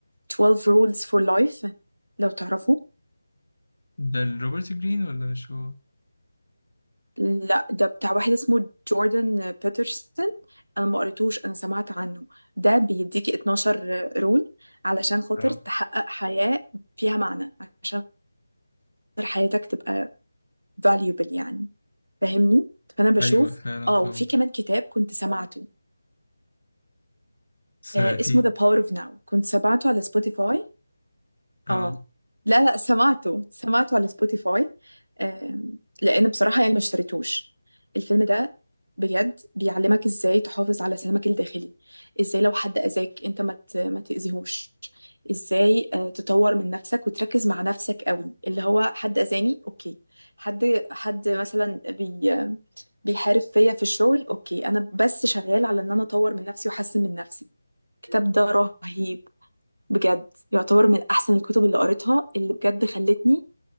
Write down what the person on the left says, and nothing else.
ده روبرت جرين ولا مش هو؟
اه
ايوه فعلا
طبعا
سمعتيه
اه